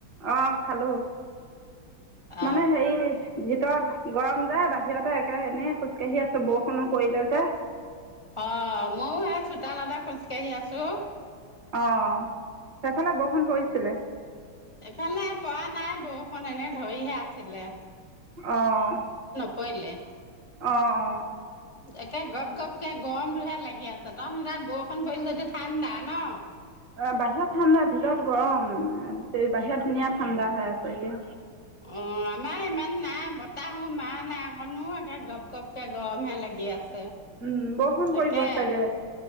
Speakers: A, on the right (about 55°); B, on the left (about 30°).
A: অ খালো
B: অ
A: মানে হেৰি ভিতৰত গৰম যে বাহিৰতে একে এনেই খোজকাঢ়ি আছো বৰষুণো পৰিলে যে
B: অ ময়ো সেই চোতালতে খোজকাঢ়ি আছো
A: অ সেইফালে বৰষুণ পৰিছিলে
B: এইফালে পৰা নাই বৰষুণ এনে ধৰিহে আছিলে
A: আহ
B: পইলে
A: অ অ
B: একে গপ গপকে গৰমটোহে লাগি আছে ত তাত বৰষুণ পৰিল যদি ঠাণ্ডা ন
A: অ বাহিৰত ঠাণ্ডা ভিতৰত গৰম বাহিৰত ধুনীয়া ঠাণ্ডা
B: অ
A: হৈ আছে এতিয়া
B: অ আমাৰ ইমান নাই বতাহো মাৰা নাই অকনো একে গপ গপকে গৰম হে লাগি আছে।
A: উম বৰষুণ
B: তাকে
A: পৰিব চাগে